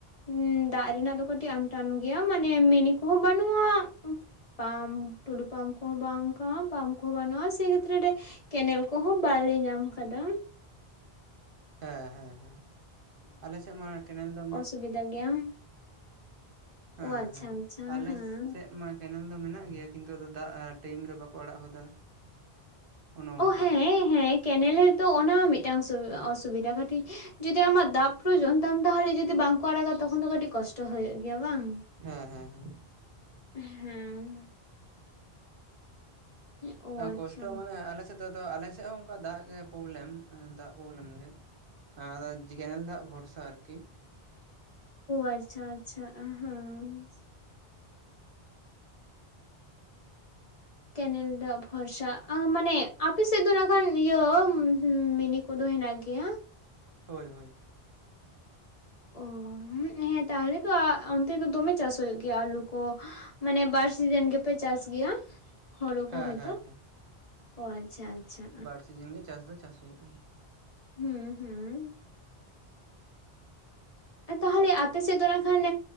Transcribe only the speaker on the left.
ᱦᱮᱸ ᱫᱟᱜ ᱨᱮᱱᱟᱜ ᱫᱚ ᱠᱟᱹᱴᱤᱡ ᱟᱱᱴᱟᱱ ᱜᱮᱭᱟ ᱢᱟᱱᱮ ᱢᱤᱱᱤ ᱠᱚᱦᱚᱸ ᱵᱟᱹᱱᱩᱜᱼᱟ ᱯᱟᱢᱯ ᱴᱩᱞᱩ ᱯᱟᱢᱯ ᱠᱚᱦᱚᱸ ᱵᱟᱝᱼᱠᱟ ᱯᱟᱢᱯ ᱠᱚᱦᱚᱸ ᱵᱟᱹᱱᱩᱜᱼᱟ ᱥᱮ ᱠᱷᱮᱛᱨᱮ ᱨᱮ ᱠᱮᱱᱮᱞ ᱠᱚᱦᱚᱸ ᱵᱟᱞᱮ ᱧᱟᱢ ᱟᱠᱟᱫᱟ᱾
ᱥᱩᱵᱤᱫᱷᱟ ᱜᱮᱭᱟ
ᱚ ᱟᱪᱪᱷᱟ
ᱟᱪᱪᱷᱟ
ᱦᱮᱸ
ᱚ ᱦᱮᱸ ᱦᱮᱸ ᱠᱮᱱᱮᱞ ᱨᱮᱫᱚᱚ ᱚᱱᱟ ᱢᱤᱫᱴᱟᱝ ᱚᱥᱩᱵᱤᱫᱷᱟ ᱠᱟᱹᱴᱤᱡ ᱡᱩᱚᱫᱤ ᱟᱢᱟᱜ ᱫᱟᱜ ᱯᱨᱚᱭᱚᱱ ᱛᱟᱢ ᱛᱟᱦᱚᱞᱮ ᱡᱩᱚᱫᱤ ᱵᱟᱝᱠᱚ ᱟᱲᱟᱜᱟ ᱛᱚᱠᱷᱚᱱ ᱫᱚ ᱠᱟᱹᱴᱤᱡ ᱠᱚᱥᱴᱚ ᱦᱩᱭᱩᱜ ᱜᱮᱭᱟ ᱵᱟᱝ
ᱦᱮᱸ ᱚ ᱟᱪᱪᱷᱟ
ᱟᱪᱪᱷᱟ ᱟᱪᱪᱷᱟ ᱦᱮᱸ ᱠᱮᱱᱮᱞ ᱨᱮᱭᱟᱜ ᱵᱷᱚᱨᱥᱟ ᱢᱟᱱᱮ ᱟᱯᱮᱥᱮᱫ ᱫᱚ ᱱᱟᱜᱱᱟᱜᱟᱱ ᱤᱭᱟᱹ ᱢᱤᱱᱤ ᱠᱚᱫᱚ ᱦᱮᱱᱟᱜ ᱜᱮᱭᱟ᱾
ᱚ ᱦᱮᱸ ᱛᱟᱦᱚᱞᱮ ᱫᱚ ᱚᱱᱛᱮ ᱫᱚ ᱫᱚᱢᱮ ᱪᱟᱥ ᱦᱩᱭᱩᱜ ᱜᱮᱭᱟ ᱟᱹᱞᱩ ᱠᱚ ᱢᱟᱱᱮ ᱵᱟᱨ ᱥᱤᱡᱤᱱ ᱜᱮᱯᱮ ᱪᱟᱥ ᱜᱮᱭᱟ ᱦᱲᱩ ᱠᱚ
ᱦᱚᱭᱛᱚ
ᱚ ᱟᱪᱪᱷᱟ ᱟᱪᱪᱷᱟ
ᱦᱩᱸ ᱦᱩᱸ ᱛᱟᱦᱚᱞᱮ ᱟᱯᱮ ᱥᱮᱫ ᱫᱚ ᱠᱷᱟᱱ